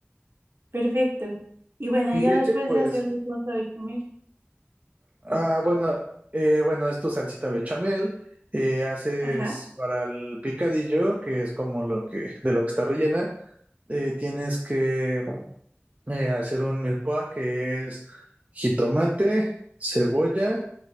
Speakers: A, on the right; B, on the right.
A: perfecto. Y bueno,
B: Y
A: ya
B: leche,
A: después
B: pues.
A: de hacer los wasabi comer.
B: Ah, bueno, eh, bueno, es tu salsita bechamel, eh, haces
A: Ajá.
B: para el picadillo, que es como lo que, de lo que está rellena, eh, tienes que eh, hacer un milpoa que es jitomate, cebolla,